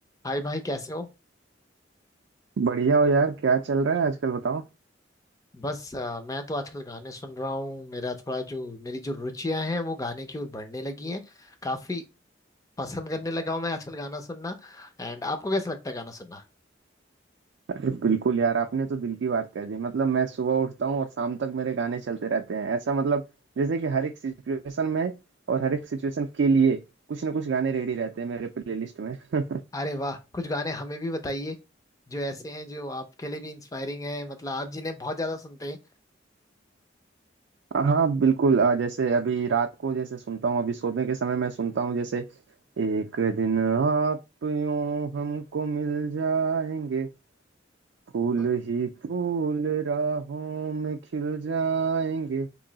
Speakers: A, on the left (about 20°); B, on the right (about 75°).
A: हाय भाई कैसे हो
B: बढ़िया हो यार क्या चल रहा है आजकल बताओ
A: बस अ, मैं तो आजकल गाने सुन रहा हूँ मेरा थोड़ा जो मेरी जो रुचियां हैं वो गाने की ओर बढ़ने लगी हैं काफी पसंद करने लगा हूँ मैं आजकल गाना सुनना एंड आपको कैसा लगता है गाना सुनना
B: अरे बिल्कुल यार आपने तो दिल की बात कह दी मतलब मैं सुबह उठता हूँ और शाम तक मेरे गाने चलते रहते हैं ऐसा मतलब जैसे कि हर एक सिचुएशन में और हर एक सिचुएशन के लिए कुछ ना कुछ गाने रेडी रहते हैं मेरे प्लेलिस्ट में <laughs>
A: अरे वाह कुछ गाने हमें भी बताइए जो ऐसे हैं जो आपके लिए भी इंस्पायरिंग है मतलब आप जिन्हें बहुत ज्यादा सुनते हैं
B: हाँ बिल्कुल अ, जैसे अभी रात को जैसे सुनता हूँ अभी सोने के समय मैं सुनता हूँ जैसे एक दिन आप यूं हमको मिल जाएंगे फूल
A: अ,
B: ही फूल राहों में खिल जाएंगे